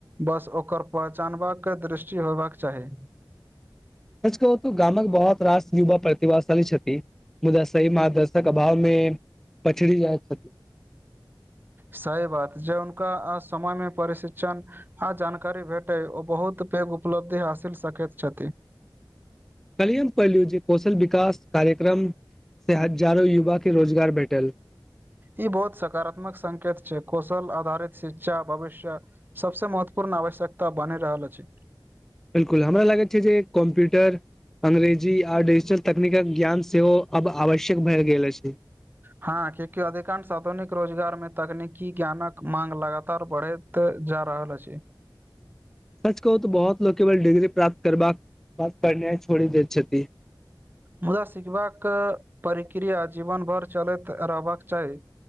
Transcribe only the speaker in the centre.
सच कओ तऽ गामक बहोत-रास युबा प्रतिवाशाली छति। मुदा सही मार्गदर्शक अभाव में पछरि रहल छति।
कलिये अम कअलियौ जे कौशल-बिकास कार्यक्रम से हजारो युवा के रोजगार भेटल।
बिल्कुल, हमरा लागैत छै जे कम्प्यूटर अंग्रेजी आ डिजिटल तकनीकक ज्ञान सेहो आब आवश्यक भए गेल अछि।
सच कओ तऽ बहोत लोक केवल डिग्री प्राप्त करबाक बाद पढ़नै छोड़ि दैत छति।